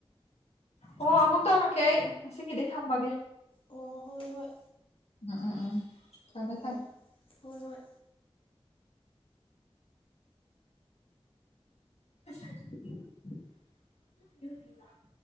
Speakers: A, on the left; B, on the left.
A: ꯑꯣ ꯑꯃꯨꯛ ꯇꯧꯔꯛꯀꯦ ꯑꯩ ꯉꯁꯤꯒꯤꯗꯤ ꯊꯝꯃꯥꯒꯦ꯫
B: ꯑꯣ ꯍꯣꯏ ꯍꯣꯏ
A: ꯎꯝ ꯎꯝ ꯎꯝ ꯊꯝꯃꯦ
B: ꯎꯝ
A: ꯊꯝꯃꯦ
B: ꯍꯣꯏ ꯍꯣꯏ
A: ꯑꯁ ꯍꯥꯏꯗꯨꯅꯤ ꯅꫭꯏꯒꯤ ꯂꯥꯛ